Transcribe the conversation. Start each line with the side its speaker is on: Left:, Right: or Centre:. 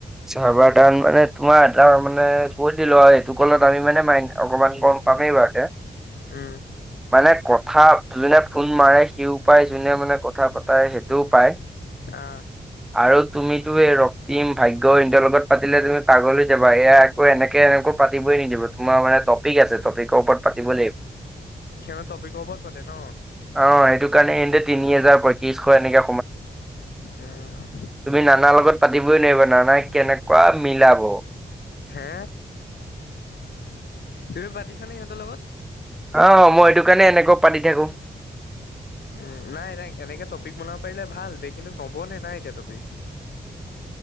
Centre: চাৰ্ভাৰ দান মানে তোমাৰ এটা মানে সেইটো কলত আমি মানে মাই অকণমান গম পামেই বাৰু
Left: উম
Centre: মানে কথা যোনে ফোন মাৰে সিও পায় যোনে মানে কথা পাতাই সেইটোও পায়
Left: আ
Centre: আৰু তুমিতো এই ৰক্তিম ভাগ্য ইটৰ লগত পাতিলে তুমি পাগল এয়া একৌ এনেকে এনেকো পাতিই নিদিব তোমাৰ মানে টপিক আছে টপিকৰ ওপৰত পাতিব লাগিব।
Left: সিহঁতৰ টপিকৰ ওপৰত পাতে ন?
Centre: অ সেইটো কাৰণে এনে তিনি হাজাৰ পয়ত্ৰিশ এনেকে
Left: উম
Centre: তুমি নানা লগত পাতি বই লাগিব নানাই কেনেকুৱা মিলাব
Left: হে তুমি পাতিছানে সিহঁতৰ লগত
Centre: অ মই সেইটো কাৰণে এনেকৈ পাতি থাকো
Left: উম নাই এ এনেকে টপিক বনাব পাৰিলে ভাল বে কিন্তু নবনে না এতিয়া টপিক